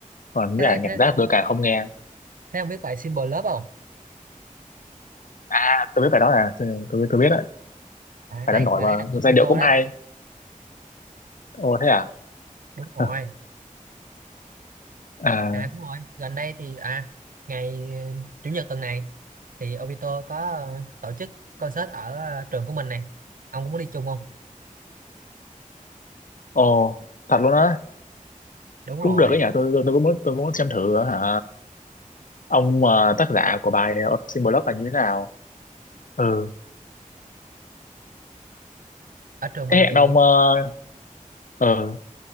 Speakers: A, on the left (about 70°); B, on the right (about 75°).
A: còn
B: thế
A: với cả nhạc
B: thế
A: rap tôi càng không nghe
B: thế ông biết bài Symbol Love không
A: à, tôi biết bài đó là tôi tôi biết đấy
B: à,
A: bài
B: đấy
A: đó nổi
B: bài
A: mà
B: đấy là của
A: giai
B: Obito
A: điệu cũng
B: đấy
A: hay ồ thế à
B: đúng rồi
A: <laughs> à
B: à đúng rồi gần đây thì à ngày ờ, chủ nhật tuần này thì Obito có ờ, tổ chức concert ở ờ, trường của mình này ông cũng muốn đi chung không
A: ồ thật luôn á
B: đúng
A: cũng
B: rồi
A: được cái nhà tôi tôi, tôi cũng muốn tôi cũng muốn xem thử hả ông ờ, tác giả của bài ờ, Sinh Blog là như thế nào ừ
B: ở trường mình
A: thế hẹn
B: thì
A: ông ờ, ờ,